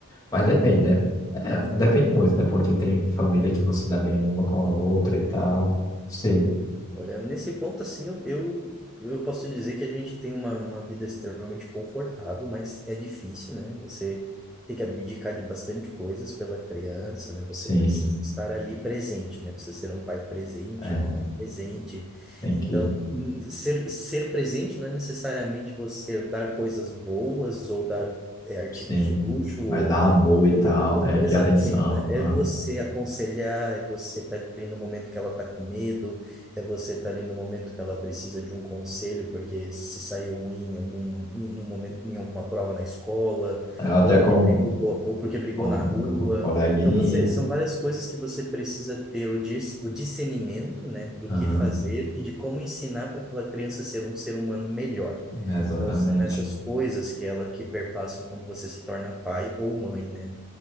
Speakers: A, on the left; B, in the centre.
A: Mas depende, né? É, depende muito, né? Porque tem família que não se dá bem uma com a outra e tal. Sei.
B: Olha, nesse ponto, assim, eu, eu, eu posso te dizer que a gente tem uma, uma vida extremamente confortável, mas é difícil, né? Você tem que abdicar de bastante coisas pela criança, né? Você
A: Sim,
B: precisa estar ali presente, né? Precisa ser um pai presente,
A: é,
B: uma mãe presente.
A: tem
B: Então,
A: que,
B: hum, ser, ser presente não é necessariamente você dar coisas boas ou dar eh, artigos
A: sim,
B: de luxo
A: vai
B: ou
A: dar amor e
B: ou,
A: tal, né?
B: ou-
A: E
B: exatamente,
A: atenção.
B: né? É
A: aham.
B: você aconselhar, é você estar ali no momento que ela está com medo, é você estar ali no momento que ela precisa de um conselho, porque se saiu ruim em algum, em, num momento, em alguma prova na escola,
A: É, Até
B: ou porque
A: com,
B: brigou, co- ou porque brigou
A: com,
B: na rua.
A: com com coleguinha.
B: Então, você, são várias coisas que você precisa ter o, dis, o discernimento, né, do
A: aham,
B: que fazer e de como ensinar para aquela criança ser um ser humano melhor.
A: Exatamente.
B: Então, são essas coisas que ela que perpassam quando você se torna pai ou mãe, né?